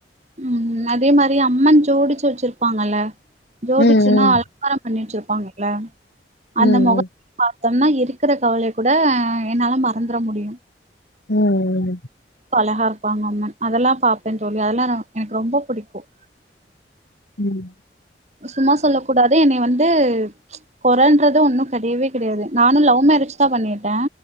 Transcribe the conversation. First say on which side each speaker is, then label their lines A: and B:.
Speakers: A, on the right; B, on the left.
A: ம் அதே மாரி அம்மன் ஜோடிச்சு வச்சிருப்பாங்கல்ல ஜோடிச்சுன்னா
B: ம் ம்
A: அலங்காரம் பண்ணி வச்சிருப்பாங்கல்ல அந்த
B: ம்
A: மொகத்த பாத்தோம்னா இருக்குற கவலைய கூட என்னால மறந்துட முடியு
B: ம்ம்
A: அழகா இருப்பாங்க அம்மன் அதெல்லாம் பாப்பேன் தோழி அதெல்லா நா எனக்கு ரொம்ப புடிக்கும்
B: ம்
A: சும்மா சொல்லக் கூடாது என்னய வந்து கொறன்றது ஒன்னும் கெடையவே கெடையாது நானு லவ் மேரேஜ் தா பண்ணிகிட்டே